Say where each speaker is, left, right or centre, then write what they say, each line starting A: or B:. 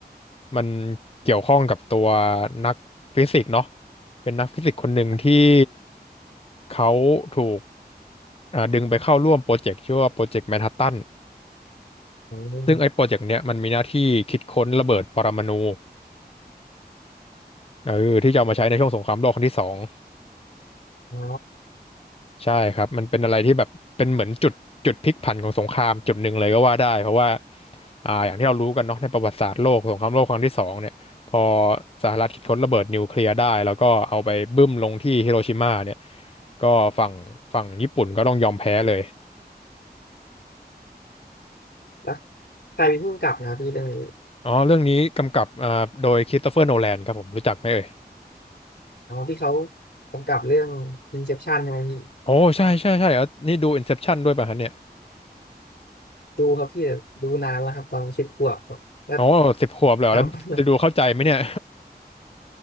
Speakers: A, on the left; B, on the left.
A: มันเกี่ยวข้องกับตัวนักฟิสิกส์เนาะเป็นนักฟิสิกส์คนหนึ่งที่
B: ครับ
A: เขาถูกอ่าดึงไปเข้าร่วมโปรเจกต์ชื่อว่าโปรเจกต์แมนฮัตตัน
B: อ๋
A: ซึ่งไอ้โปรเจกต์เนี้ยมันมีหน้าที่คิดค้นระเบิดปรมาณูเออที่จะเอามาใช้ในช่วงสงครามโลกครั้งที่สอง
B: อ๋อ
A: ใช่ครับมันเป็นอะไรที่แบบเป็นเหมือนจุดจุดพลิกผันของสงครามจุดหนึ่งเลยก็ว่าได้เพราะว่าอ่าอย่างที่เรารู้กันเนาะในประวัติศาสตร์โลกสงครามโลกครั้งที่สองเนี่ยพอสหรัฐคิดค้นระเบิดนิวเคลียร์ได้แล้วก็เอาไปบึ้มลงที่ฮิโรชิมาเนี่ยก็ฝั่งฝั่งญี่ปุ่นก็ต้องยอมแพ้เลย
B: แล้วใครเป็นผู้กำกับนะครับพี่เรื่องนี้
A: อ๋อเรื่องนี้กำกับอ่าโดยคริสโตเฟอร์โนแลนครับผมรู้จักไหมเอ่ย
B: อ๋อพี่เขากำกับเรื่อง Inception ใช่ไหมพี่
A: โอ้ใช่ใช่ใช่แล้วนี่ดู Inception ด้วยป่ะฮะเนี่ย
B: ดูครับพี่แต่ดูนานแล้วครับตอนสิบขวบครับ <laughs> แล้ว
A: โอ้สิบขวบเลยเหรอแล้วจะดูเข้าใจไหมเนี่ย
B: จำ